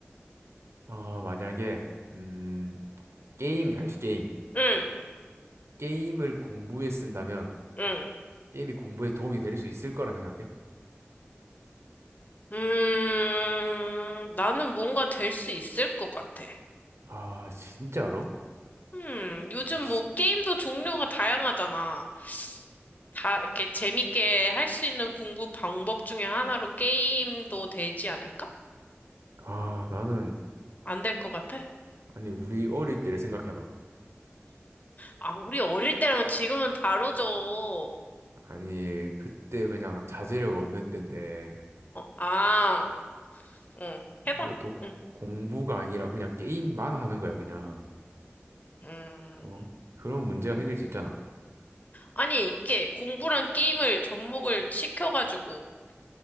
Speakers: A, on the right; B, on the left.
A: 아, 만약에, 음, 게임, 알지, 게임.
B: 응,
A: 게임을 공부에 쓴다면,
B: 응.
A: 게임이 공부에 도움이 될 수 있을 거라 생각해?
B: 음, 나는 뭔가 될 수 있을 것 같아.
A: 아, 진짜로?
B: 음, 요즘
A: 지-
B: 뭐 게임도 종류가 다양하잖아. 다 이렇게 재밌게 할 수 있는 공부 방법 중에 하나로 게임도 되지 않을까?
A: 아, 나는,
B: 안 될 것 같아?
A: 아니, 우리 어릴 때를 생각해봐.
B: 아, 우리 어릴 때랑 지금은 다르죠. 어,
A: 아니, 그때 그냥 자제력 없는 때인데,
B: 아, 응, 해봐.
A: 이게 또 고-
B: 응.
A: 공부가 아니라 그냥 게임만 하는 거야, 그냥.
B: 음.
A: 어? 그런 문제가 생길 수 있잖아.
B: 아니, 이게 공부랑 게임을 접목을 시켜가지고